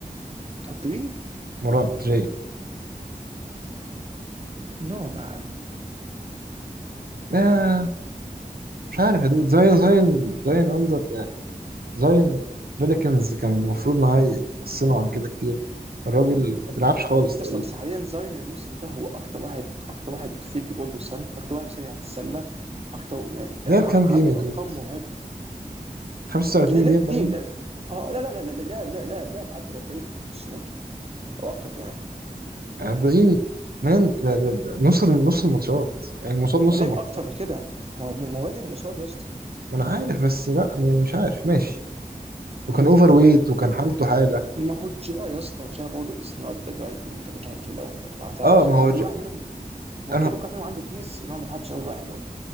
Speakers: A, on the right (about 40°); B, on the right (about 85°).
A: تحط مين؟
B: موران جاي
A: No man.
B: آه مش عارف يا دود زاين زاين زاين اندر يعني زاين فيليكنز كان المفروض معاه يحسنوا عن كده كتير الراجل ما بيلعبش خالص تقريبا
A: اسطى بس حاليا زاين الموسم ده هو اكتر واحد اكتر واحد فيلد جول برسنت اكتر واحد مسجل على السله اكتر يعني
B: لعب
A: ع-
B: كام
A: عامل
B: جيم يا دود
A: ارقام مرعبه
B: 35
A: لا- لعب
B: جيم
A: كتير
B: باين
A: لا اه لا لا لا لا لاعب لا لاعب لاعب عدى 40 السنه دي او اكتر كمان
B: 40 مان ده ده ده نص نص الماتشات يعني مصاب نص
A: ما لعب
B: الماتشات
A: اكتر من كده ما هو ما هو راجع من الاصابه يا اسطى
B: ما انا عارف بس لا يعني مش عارف ماشي وكان اوفر ويت وكان حالته حاله
A: ما هو جا يا اسطى جا برضه از نوت ذا جايد اللي انت بتحطه الاول برضه ما تعرفش
B: اه ما
A: ما
B: هو
A: هو كل
B: ج...
A: واحد منهم ما
B: انا
A: هو الفكره كل واحد منهم عنده كيس ان هو ما يتحطش اول واحد برضه